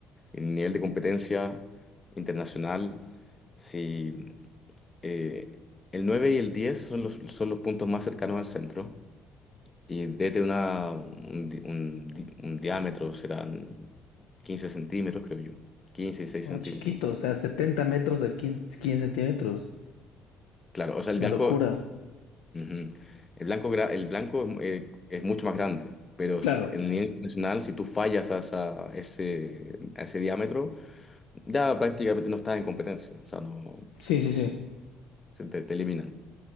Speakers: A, on the left; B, on the left.
A: El nivel de competencia internacional, sí. Eh, el 9 y el 10 son los, son los puntos más cercanos al centro y desde una, un, di- un di- un diámetro serán 15 centímetros, creo yo. quince y 6
B: Ah,
A: centímetros.
B: chiquito, o sea, 70 metros a 15 centímetros.
A: Claro, o sea, el
B: Una
A: blanco,
B: locura.
A: ujú, el blanco, gra- el blanco es, eh, es mucho más grande, pero s-
B: Claro.
A: en nivel internacional, si tú fallas a, esa- ese, a ese diámetro, ya prácticamente no estás en competencia, o sea, no,
B: Sí, sí, sí.
A: se te te eliminan.